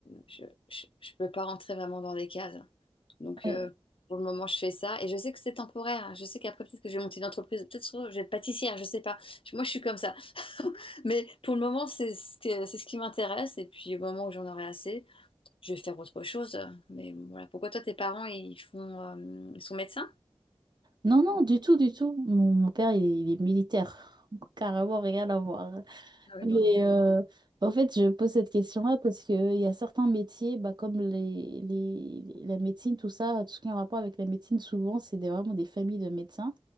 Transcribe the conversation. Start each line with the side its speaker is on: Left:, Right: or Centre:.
Left: je, je, je peux pas rentrer vraiment dans des cases. Donc,
Right: ouais.
Left: euh, pour le moment, je fais ça. Et je sais que c'est temporaire. hein. Je sais qu'après, peut-être que je vais monter une entreprise. Peut-être que je vais être pâtissière. Je sais pas. Je- Moi, je suis comme ça. <laughs> Mais pour le moment, c'est ce que- c'est ce qui m'intéresse. Et puis, au moment où j'en aurai assez je vais faire autre chose. Mais bon, voilà. Pourquoi toi, tes parents, ils font, euh, ils sont médecins?
Right: Non, non, du tout, du tout. Mon, mon père, il, est il est militaire. <laughs> Carrément, rien à voir.
Left: Ah oui,
Right: Mais
Left: non, rien à
Right: euh,
Left: voir.
Right: en fait, je pose cette question-là parce qu'il y a certains métiers, bah, comme les, les, la médecine, tout ça, tout ce qui est en rapport avec la médecine, souvent, c'est des- vraiment des familles de médecins